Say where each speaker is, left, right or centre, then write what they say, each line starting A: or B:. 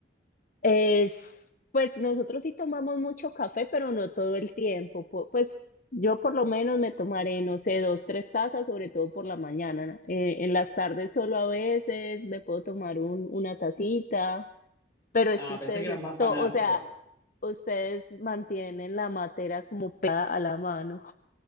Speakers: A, on the left; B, on the left.
A: Es, pues nosotros sí tomamos mucho café, pero no todo el tiempo. pu- Pues yo por lo menos me tomaré, no sé, dos, tres tazas, sobre todo por la mañana. ¿no? Eh, en las tardes solo a veces me puedo tomar un, una tacita, pero es
B: Ah,
A: que ustedes
B: pensé que eran
A: esto,
B: más fanáticos.
A: o sea, ustedes mantienen la matera como pegada a la mano.